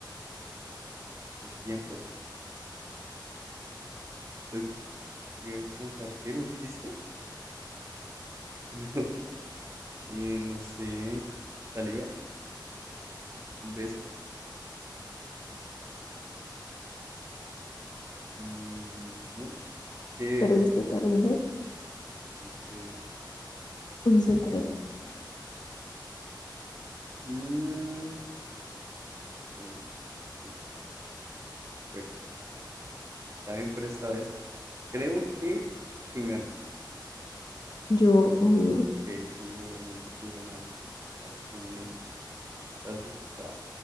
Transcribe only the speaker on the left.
¿Perdiste,
te rindes?
Un secreto.
Yo obvio.